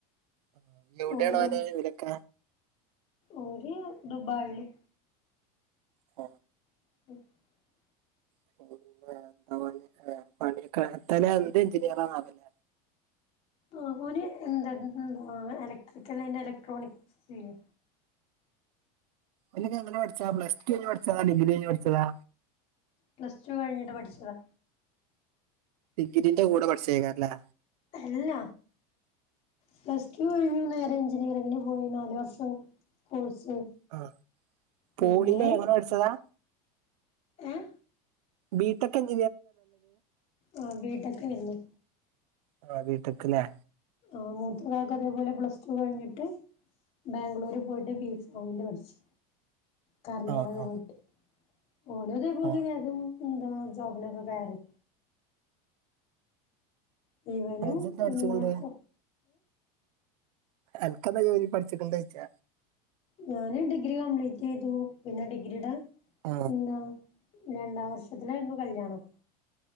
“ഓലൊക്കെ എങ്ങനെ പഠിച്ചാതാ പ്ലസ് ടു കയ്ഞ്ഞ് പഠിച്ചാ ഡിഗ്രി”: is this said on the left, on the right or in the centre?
Right